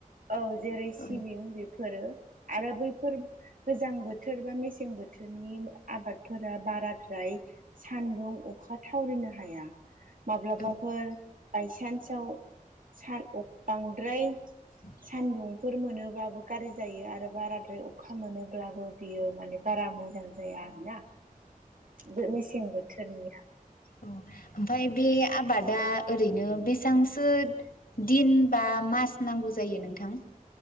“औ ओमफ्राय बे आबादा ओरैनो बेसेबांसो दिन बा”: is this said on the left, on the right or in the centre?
Left